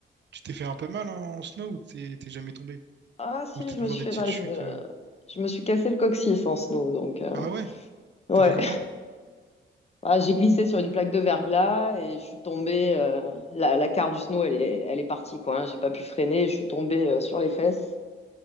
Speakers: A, on the right; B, on the left.
A: tu t'es fait un peu mal en snow ou t'es t'es jamais tombé?
B: Ah si,
A: Ou c'était
B: je
A: toujours
B: me suis
A: des
B: fait
A: petites
B: mal,
A: chutes?
B: je me
A: euh
B: je me suis cassé le coccyx en snow, donc. euh,
A: Ah ouais?
B: Ouais.
A: T'as fait comment?
B: Ah, j'ai glissé sur une plaque de verglas et je suis tombée. euh, la, la carre du snow, elle est, elle est partie, quoi. hein. J'ai pas pu freiner. Je suis tombée euh, sur les fesses.